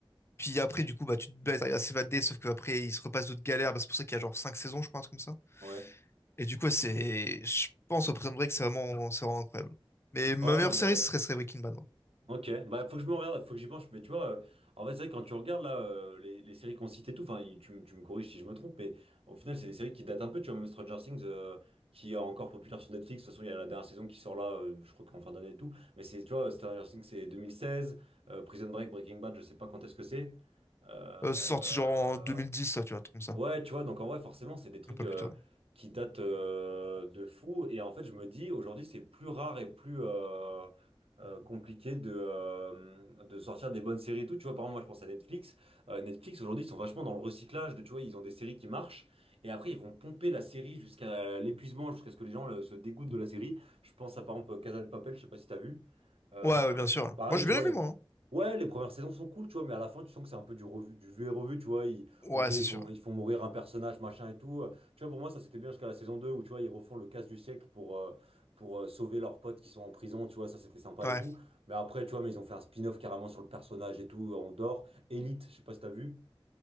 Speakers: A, on the left; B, on the right.
A: Puis après, du coup, bah, tu te bats, ils arrivent à s'évader, sauf qu'après, ils se repassent d'autres galères. Bah, c'est pour ça qu'il y a genre 5 saisons, je crois, un truc comme ça.
B: Ouais.
A: Et du coup, ouais, c'est. Je pense au Prison Break, c'est vraiment... c'est vraiment incroyable. Mais ma
B: Ouais,
A: meilleure
B: non mais.
A: série,
B: euh,
A: ce serait, serait Breaking Bad. moi.
B: Ok, bah faut que je me regarde, faut que j'y pense. mais tu vois, euh, en fait c'est vrai que quand tu regardes là euh, les, les séries qu'on cite et tout, enfin il- tu, me- tu me corriges si je me trompe, mais au final c'est des séries qui datent un peu, tu vois, même Stranger Things euh, qui est encore populaire sur Netflix, de toute façon il y a la dernière saison qui sort là, euh, je crois qu'en fin d'année et tout, mais c'est, tu vois, Stranger Things c'est 2016, euh, Prison Break, Breaking Bad, je sais pas quand est-ce que c'est. Euh,
A: Euh, c'est sorti genre en 2010, ça, tu vois, un truc comme ça.
B: Ouais, tu vois, donc en vrai, forcément, c'est des trucs
A: Un peu
B: euh,
A: plus tôt, ouais.
B: qui datent euh, de fou. Et en fait, je me dis, aujourd'hui, c'est plus rare et plus euh, euh, compliqué de, euh, de sortir des bonnes séries et tout. Tu vois, par exemple, moi, je pense à Netflix. Euh, Netflix, aujourd'hui, ils sont vachement dans le recyclage. De, tu vois, ils ont des séries qui marchent. Et après, ils vont pomper la série jusqu'à l'épuisement, jusqu'à ce que les gens euh, se dégoûtent de la série. Je pense à, par exemple, Casa de Papel, je sais pas si t'as vu. Euh,
A: Ouais, ouais, bien sûr. ouais.
B: pareil,
A: Moi, j'ai
B: tu
A: bien
B: vois,
A: aimé,
B: les pro-
A: moi. hein.
B: Ouais, les premières saisons sont cool, tu vois, mais à la fin, tu sens que c'est un peu du revu, du vu et revu, tu vois.
A: Ouais,
B: Ok, ils
A: c'est
B: font,
A: sûr.
B: ils font mourir un personnage, machin et tout. Euh, Tu vois, pour moi, ça c'était bien jusqu'à la saison 2 où, tu vois, ils refont le casse du siècle pour, euh, pour euh, sauver leurs potes qui sont en prison, tu vois, ça c'était sympa
A: Ouais.
B: et tout. Mais après, tu vois, mais ils ont fait un spin-off carrément sur le personnage et tout, euh, on dort. Elite, je sais pas si t'as vu.